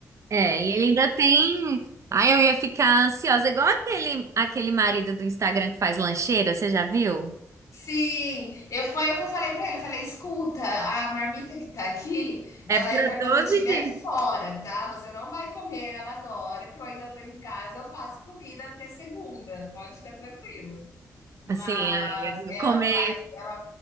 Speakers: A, on the right; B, on the left.
A: É, e ele ainda tem. Ai, eu ia ficar ansiosa, igual aquele aquele marido do Instagram que faz lancheira, você já viu?
B: Sim, eu foi o que eu falei pra ele, eu falei: "Escuta, a marmita que tá aqui,
A: É
B: ela
A: para
B: é pra quando
A: 12
B: eu estiver
A: dias.
B: fora, tá? Você não vai comer ela agora, que eu ainda tô em casa, eu faço comida até segunda, pode ficar tranquilo. Mas
A: Assim, amiga,
B: ela
A: comer,
B: vai ela"